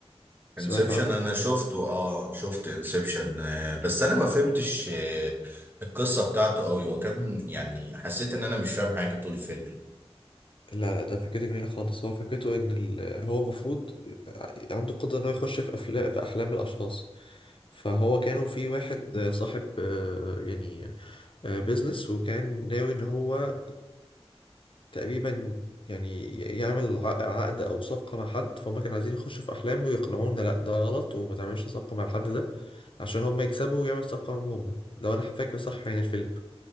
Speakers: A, on the left; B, on the right.
A: سمعت
B: انسبشن
A: عنه
B: انا شفته اه شفت انسبشن بس انا ما فهمتش آه، القصة بتاعته قوي وكان يعني حسيت ان انا مش فاهم حاجة طول الفيلم
A: لا لا ده فكرته جميله خالص هو فكرته ان ال... هو المفروض عنده قدره ان هو يخش في افلام في احلام الاشخاص فهو كانوا في واحد آه، صاحب آه، يعني بيزنس وكان ناوي ان هو تقريبا يعني يعمل ع- عقد او صفقه مع حد فهم كانوا عايزين يخشوا في احلامه ويقنعونا لا ده غلط وما تعملش صفقه مع الحد ده عشان هم يكسبوا ويعملوا صفقه معاهم هم لو انا فاكر صح يعني الفيلم